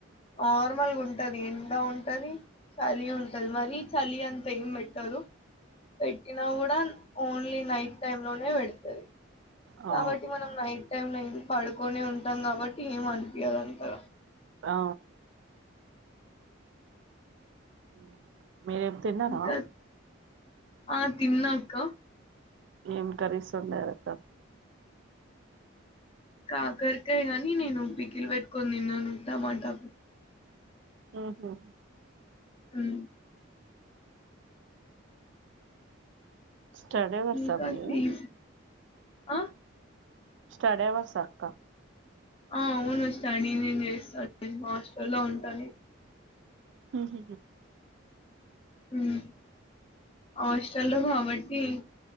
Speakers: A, on the left (about 30°); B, on the right (about 65°).
A: నార్మల్గా ఉంటది ఎండ ఉంటది చలి ఉంటది మరి చలి అంత ఏం పెట్టదు పెట్టినా కూడా ఓన్లీ నైట్ టైమ్ లోనే పెడతది
B: అవును
A: కాబట్టి మనం నైట్ టై లో పడుకొనే ఉంటాం కాబట్టి ఏం అనిపియదు అంతగా
B: ఆ ఆ మీరేం తిన్నార
A: ఇంకా ఆ తిన్నా అక్క
B: నిం కరిగిస్తలే అక్కా
A: కాకరకాయ గాని నేను పికిలు పెట్టుకొని తిన్నాను టమాటా
B: ఆ హ
A: మ్మ్
B: స్టడీ అవర్స
A: ఇంకా
B: మీది
A: చీజ్ ఆ
B: స్టడేవా సక్క
A: ఆ అవును స్టడీనే చేస్తాను హాస్టలో ఉంటాను
B: మ్మ్ హ్మ్
A: మ్మ్ హాస్టల్లో మా అవ్వ ఈ